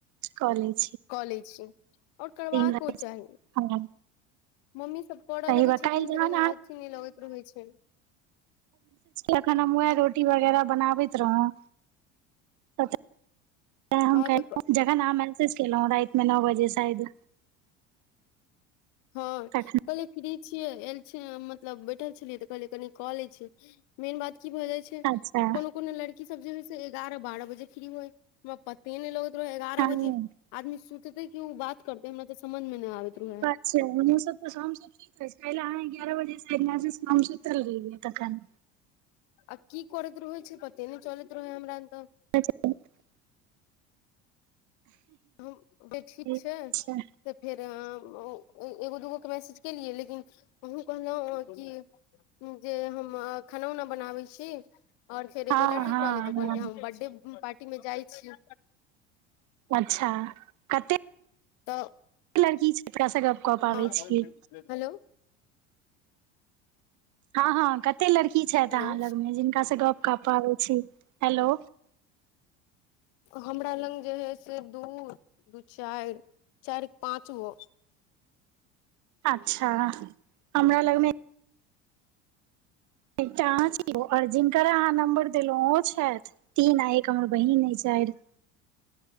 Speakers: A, on the right; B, on the left.
A: कॉलेज
B: कऽ लै छी ओर करबाको
A: राति
B: चाही
A: हँ
B: मम्मी सब पड
A: सही
B: लगै
A: बात
B: छथिन
A: काल्हि जहन
B: तऽ कनि अथिी नहि लगैत रहैत छै
A: एखन हम उएह रोटी वगैरह बनाबैत रहौँ तऽ
B: हँ तऽ
A: <unintelligible> जखन अहाँ मैसेज केलहुँ राति मे नओ बजे शायद
B: हँ
A: तखन
B: कहली फ्री छियै एल छी मतलब बैठल छलियै तऽ कहलियै कनि कऽ ले छी मेन बात की भऽ जाय छै
A: अच्छा
B: कोनो कोनो लड़की सब जे हय से एगारह बारह बजे फ्री होइ हमरा पते नहि लगत एगारह
A: हँ
B: बजे आदमी सुतते कि ओ बात करतेै हमरा से समझ मे नहि आबैत रहे है
A: ा सब तऽ हम सब सुति रहे छी क अहाँ एगारह बजे से हम सुतल रहियै तखन
B: आ की करैत रहै छै पते नहि चलैत रहै हमरा तऽ
A: अचछ <unintelligible>
B: हम ठीक
A: अच्छा
B: छै तऽ फेर एगो दुगो के मैसेज के लिए लेकिन कहलु की‌ जे हम खाना उना बनाबै छी ओर फेर
A: हँ
B: एगो‌ लड़की
A: हँ
B: की कहले तऽ
A: हँ
B: कहल हम बर्थडे पार्टी मे जाइ छी
A: अच्छा कते
B: तऽ
A: लड़की छै जेकरा से गप कऽ पाबै
B: ह
A: छी
B: हेलो <unintelligible>
A: हँ हँ कते लड़की छथि
B: हेलो
A: अहाँ लगमे जिनकाँ सॅं गप कपाबे छी हेलो
B: हमरा लग जे हइ से दू दू चारि चारि पाँचो गो
A: अच्छा हमरा लग में एकटा अछी जिनक अहाँ नं्बर देलहुं ओ छथि तीन आ एक हमर बहिन अय चारि